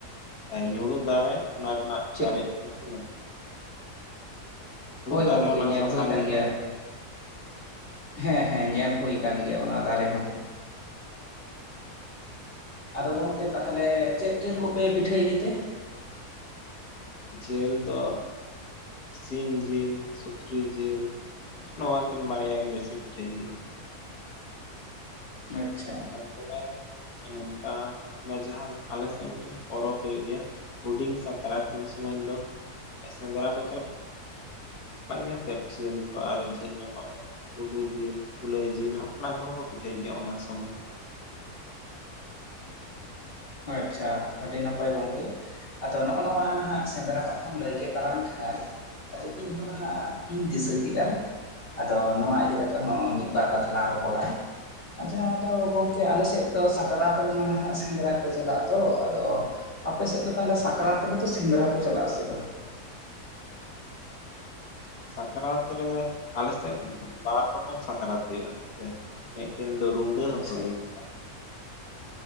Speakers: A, on the left; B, on the left.
A: ᱫᱟᱨᱮᱹ ᱧᱲᱩᱫ ᱫᱟᱨᱮ ᱚᱱᱟ ᱨᱮᱱᱟᱜ
B: ᱪᱮᱫ
A: ᱪᱟᱨᱮᱡ ᱛᱮᱦᱚ ᱠᱚ ᱵᱮᱱᱟᱣᱼᱟ,
B: ᱦᱳᱭ
A: ᱫᱟᱨᱮ
B: ᱜᱚᱢᱠᱮ
A: ᱚᱱᱟ
B: ᱧᱮᱞ
A: ᱥᱟᱥᱟᱝ
B: ᱦᱳᱭ ᱟᱠᱟᱱ
A: ᱜᱮ
B: ᱜᱮᱭᱟ
A: ᱵᱟᱝ,
B: ᱦᱮᱸ ᱦᱮᱸ ᱧᱮᱞ ᱦᱳᱭ ᱠᱟᱱ ᱜᱮᱭᱟ ᱚᱱᱟ ᱫᱟᱨᱮ ᱦᱚᱸ ᱟᱫᱚ ᱜᱚᱢᱠᱮ ᱛᱟᱦᱚᱞᱮ ᱪᱮᱫ ᱡᱮᱞ ᱠᱚᱯᱮ ᱯᱤᱴᱷᱟᱹᱭ ᱜᱮᱛᱮ,
A: ᱡᱮᱹᱞ ᱫᱚ ᱥᱤᱢ ᱡᱤᱞ ᱥᱩᱠᱨᱤ ᱡᱤᱞ, ᱱᱚᱣᱟ ᱠᱤᱱ ᱵᱟᱨᱭᱟ ᱜᱮ ᱵᱮᱥᱤ ᱯᱤᱴᱷᱟᱹᱭ ᱦᱩᱭᱩᱜ-ᱟ,
B: ᱟᱪᱪᱷᱟ
A: ᱛᱟᱨᱯᱚᱨᱮ ᱱᱚᱝᱠᱟ ᱡᱟᱸᱦᱟ ᱟᱞᱮ ᱥᱮᱫ ᱢᱤᱫᱴᱮᱱ ᱯᱚᱨᱚᱵᱽ ᱦᱩᱭᱩᱜ ᱜᱮᱭᱟ ᱦᱩᱸᱰᱤᱧ ᱥᱟᱠᱨᱟᱛ ᱩᱱᱥᱚᱧ ᱫᱚ ᱥᱮᱸᱫᱽᱨᱟ ᱠᱚ ᱪᱟᱞᱟᱜ᱾ ᱵᱟ ᱜᱮᱭᱟ ᱯᱮ ᱡᱮᱞᱮᱠᱟ ᱟᱨᱦᱚᱸ ᱡᱮᱞ ᱧᱟᱢᱚᱜ ᱡᱟᱢᱚᱜ᱾ ᱜᱩᱰᱩ ᱡᱤᱞ ᱠᱩᱞᱟᱹᱭ ᱡᱤᱞ ᱦᱚᱜᱼᱚ ᱱᱟ ᱠᱚᱦᱚᱸ ᱠᱚ ᱯᱤᱴᱷᱟᱹᱭ ᱜᱮᱭᱟ ᱚᱱᱟ ᱥᱚᱢᱚᱭ᱾
B: ᱟᱪᱪᱷᱟ, ᱟᱹᱰᱤ ᱱᱟᱯᱟᱭ ᱜᱚᱝᱠᱮ᱾ ᱟᱫᱚ ᱱᱚᱜᱼᱚ ᱱᱚᱣᱟ ᱱᱟᱦᱟᱜ ᱥᱮᱸᱫᱽᱨᱟ ᱠᱟᱛᱷᱟᱢ ᱞᱟᱹᱭ ᱠᱮᱫ ᱛᱟᱞᱟᱝ ᱠᱷᱟᱡ᱾ ᱟᱫᱚ ᱤᱧᱦᱚᱸ ᱱᱟᱦᱟᱜ ᱤᱧ ᱫᱤᱥᱟᱹ ᱠᱮᱫᱟ᱾ ᱟᱫᱚ ᱱᱚᱣᱟ ᱤᱫᱤ ᱠᱟᱛᱮᱜ ᱦᱚᱸ ᱢᱤᱫᱵᱟᱨ ᱠᱟᱛᱷᱟ ᱞᱟᱝ ᱨᱚᱯᱚᱲᱟ᱾ ᱟᱪᱪᱷᱟ ᱟᱸᱫᱚ ᱜᱚᱢᱠᱮ ᱟᱞᱮ ᱥᱮᱫ ᱫᱚ ᱥᱟᱠᱨᱟᱛ ᱨᱮᱢᱟ ᱱᱟᱦᱟᱜ ᱥᱮᱸᱫᱽᱨᱟ᱾ ᱠᱚ ᱪᱟᱞᱟᱜᱼᱟ ᱛᱚ, ᱟᱫᱚ ᱟᱯᱮ ᱥᱮᱫ ᱫᱚ ᱛᱟᱦᱚᱞᱮ ᱥᱟᱠᱨᱟᱛ ᱨᱮᱫᱚ ᱥᱮᱸᱫᱽᱨᱟ ᱠᱚ ᱪᱟᱞᱟᱜ-ᱟ ᱥᱮ ᱵᱟᱝ?
A: ᱥᱟᱠᱨᱟᱛ ᱨᱮ ᱟᱞᱮ ᱥᱮᱫ ᱵᱟᱨ ᱨᱚᱠᱚᱢ ᱥᱟᱠᱨᱟᱛ ᱦᱳᱭᱳᱜ-ᱟ ᱥᱮ, ᱢᱤᱫᱴᱮᱱ ᱫᱚᱼᱼ ᱨᱩᱰᱟᱹ ᱦᱚ
B: ᱟᱪᱪᱷᱟ
A: ᱠᱚ ᱞᱟᱹᱭ ᱜᱮᱭᱟ᱾